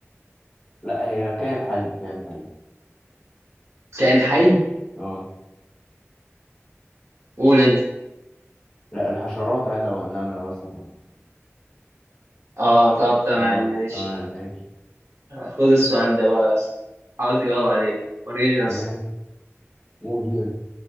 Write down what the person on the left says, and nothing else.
لا هي كائن حي كائن حي
اه
لا الحشرات عادة والنملة مثلا
اه
تمام ماشي
تمام
قول كده